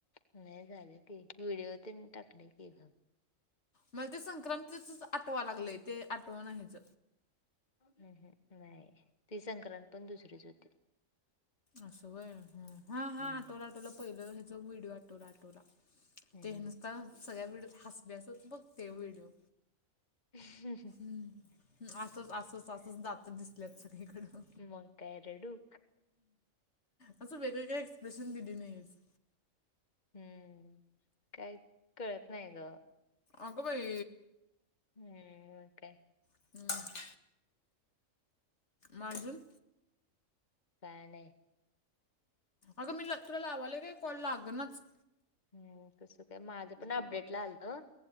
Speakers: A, on the left; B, on the left.
A: नाही झालंय की, व्हिडिओ तेन टाकलंय की ग.
B: मला ते संक्रांतीचच आठवा लागलंय, ते आठवना हेच.
A: हे हे नाही ते संक्रांत पण दुसरीच होते.
B: असं व्हय, हा हा
A: हम्म
B: आठवला आठवलं, पहिलं ह्याच व्हिडिओ आठवला आटवला.
A: हम्म
B: ते नुसता सगळ्या व्हिडिओत हसल्यास बघत्या व्हिडिओ.
A: <unintelligible>
B: हम्म असंच असंच असंच दात दिसल्यात सगळीकडं.
A: मग काय रडू?
B: असं वेगवेगळे एक्सप्रेशन दिली नाहीस.
A: हम्म काय कळत नाही गं.
B: अगं बाई
A: हम्म ओके.
B: हम्म. मग अजून
A: काय नई.
B: अगं मी ल तुला लावायले गे कॉल लागनाच.
A: हम्म कसं काय? माझंपण अपडेट आलतं.